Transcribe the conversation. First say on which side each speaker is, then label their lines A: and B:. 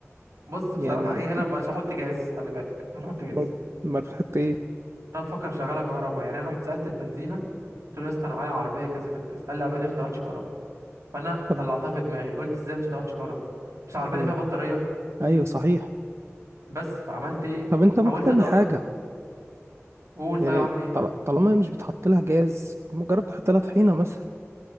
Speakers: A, on the right; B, on the right.
A: بص بصراحه
B: يعني
A: ايه انا مش هحط جاز خلي بالك مش هحط جاز
B: امال امال بتحط ايه
A: انا بفكر اشغلها كهرباء يعني انا رحت سالت البنزينه قلت له يا اسطى انا معايا عربيه كذا كذا كذا قال لي عربيتي ما بتشتغلش كهرباء فانا
B: طب
A: طلعتها في دماغي قلت ازاي ما بتشتغلش كهرباء مش عربيتي
B: مم.
A: فيها بطاريه
B: ايوه صحيح
A: بس فعملت ايه
B: طب انت ممكن
A: حاولت
B: تعمل
A: ادق
B: حاجه
A: قول طيب
B: يعني
A: اعمل ايه
B: طل... طالما هي مش بيتحط لها جاز مجرد تحط لها طحينه مثلا